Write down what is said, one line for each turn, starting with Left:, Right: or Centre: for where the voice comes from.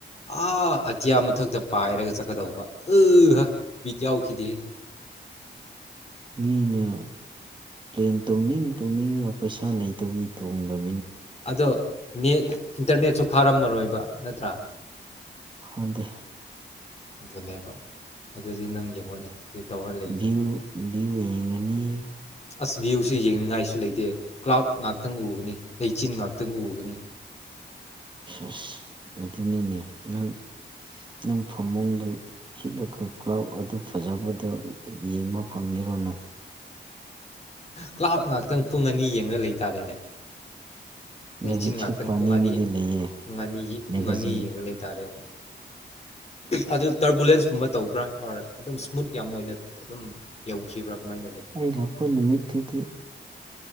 Left: ꯑꯥ ꯑꯇꯤꯌꯥ ꯃꯊꯛꯇ ꯄꯥꯏꯔꯒ ꯆꯠꯀꯗꯧꯕ ꯑ ꯍ ꯕꯤꯠ ꯌꯥꯎꯈꯤꯗꯦ
Right: ꯃꯤꯅ ꯄ꯭ꯂꯦꯟ ꯇꯧꯅꯤꯡ ꯇꯧꯅꯤꯡꯉꯕ ꯄꯩꯁꯥ ꯂꯩꯇꯕꯤꯒꯤ ꯇꯣꯡꯗꯕ
Left: ꯑꯗꯣ ꯅ ꯏꯟꯇꯔꯅꯦꯠꯁꯨ ꯐꯥꯔꯝꯃꯔꯣꯏꯕ ꯅꯠꯇ꯭ꯔꯥ
Right: ꯑꯗ
Left: ꯑꯗꯨꯅꯦꯕ ꯑꯗꯨꯗꯤ ꯅꯪ ꯌꯦꯡꯉꯣꯅꯦ ꯀꯔꯤ ꯇꯧꯔ ꯂꯩꯅꯤ
Right: ꯚ꯭ꯌꯨ ꯚ꯭ꯌꯨ ꯌꯦꯡꯂꯡꯅꯤ
Left: ꯑꯁ ꯚ꯭ꯌꯨꯁꯦ ꯌꯦꯡꯅꯤꯡꯉꯥꯏꯁꯨ ꯂꯩꯇꯦ ꯀ꯭ꯂꯥꯎꯠ ꯉꯥꯛꯇꯪ ꯎꯒꯅꯤ ꯂꯩꯆꯤꯟ ꯉꯥꯛꯇꯪ ꯎꯒꯅꯤ
Right: ꯑꯁ ꯑꯗꯨꯅꯤꯅꯦ ꯅꯪ ꯅꯪ ꯐꯃꯨꯡꯗ ꯍꯤꯕꯒ ꯀ꯭ꯔꯥꯎ ꯑꯗꯨ ꯐꯖꯕꯗꯣ ꯌꯦꯡꯕ ꯐꯪꯉꯔꯣ ꯅꯪ
Left: ꯀ꯭ꯂꯥꯕ ꯉꯥꯛꯇꯪ ꯄꯨꯡ ꯑꯅꯤ ꯌꯦꯡꯅ ꯂꯩꯇꯥꯔꯦꯅꯦ ꯂꯩꯆꯤꯟ
Right: ꯂꯥꯏꯔꯤꯛꯁꯨ
Left: ꯉꯥꯛꯇꯪ
Right: ꯄꯥꯅꯤꯡꯕꯗꯤ
Left: ꯄꯨꯡ ꯑꯅꯤ
Right: ꯂꯩꯌꯦ
Left: ꯄꯨꯡ ꯑꯅꯤꯒꯤ ꯄꯨꯡ
Right: ꯃꯦꯒꯥꯖꯤꯟ
Left: ꯑꯅꯤ ꯌꯦꯡꯉ ꯂꯩꯇꯥꯔꯦꯅꯦ ꯑꯗꯨ ꯇꯔꯕꯨꯂꯦꯟꯁꯀꯨꯝꯕ ꯇꯧꯕ꯭ꯔꯥ ꯑꯣꯔ ꯑꯗꯨꯝ ꯏꯁꯃꯨꯠ ꯌꯥꯝ ꯑꯣꯏꯅ ꯑꯗꯨꯝ ꯌꯧꯈꯤꯕ꯭ꯔꯥ ꯀꯃꯥꯏꯅ ꯇ
Right: ꯑꯩ ꯂꯥꯛꯄ ꯅꯨꯃꯤꯠꯇꯗꯤ